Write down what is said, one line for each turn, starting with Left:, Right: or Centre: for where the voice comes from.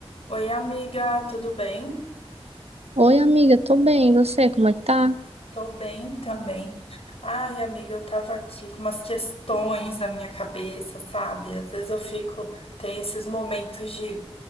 Left: Oi, amiga, tudo bem?
Right: Oi, amiga, tô bem. E você, como é que tá?
Left: Tô bem também. Ai, amiga, eu tava aqui com umas questões na minha cabeça, sabe? Às vezes eu fico, tem esses momentos de